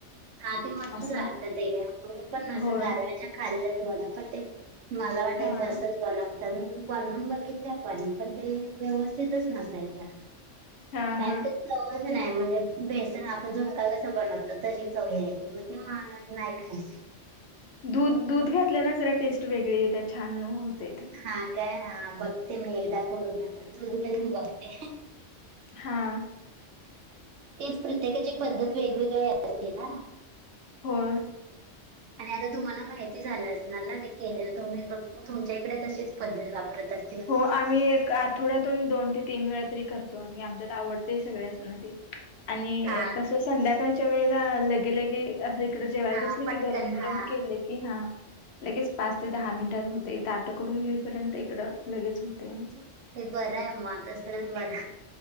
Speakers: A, on the right; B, on the left.
A: हा ते मस्त
B: असं
A: लागतात, ते मी पण असं
B: होय
A: गारवाच्या खाल्यात वड्या पण ते. मला वाटायचं
B: हा
A: असंच बनवं तरी बनवून बघितले पण, पणं ते व्यवस्थितच नसायच्या.
B: हा
A: काय
B: हा
A: ते चवच नाही म्हणजे बेसन आपण झुनका कस बनवतो तशी. चव यायची मग, ते माग नाही खायच.
B: दूध दूध घातलं ना जरा टेस्ट वेगळी त्या छान होते ते!
A: हा का हा बघते मी एकदा करून नाहीतर दुध घेवून बघते.
B: हा,
A: तेच प्रत्येकाची पद्धत वेगवेगळी असते ना!
B: होय,
A: <inaudible> आणि आता तुम्हाला माहिती झालं असणार ना ते केले तुम्ही म्हणून तुमच्या इकडे तशीच पद्धत वापरत. तस तेल,
B: हो आम्ही एक आठवड्यातून दोन ते तीन वेळा तरी करतो आम्ही आमच्यात आवडतय सगळे असना ते! आणि
A: हा
B: कसं संध्याकाळच्या वेळेला लगेलगे अस एक, इकडे जेवायला
A: हा
B: बसले
A: पटकन
B: की गरम गरम
A: हा
B: केले की हा? लगेच पाच ते दहा मिनिटात होतय ताटं करून घेईपर्यंत इकडं लगेच होतय आमचं.
A: ते बरं आहे मग तसच बर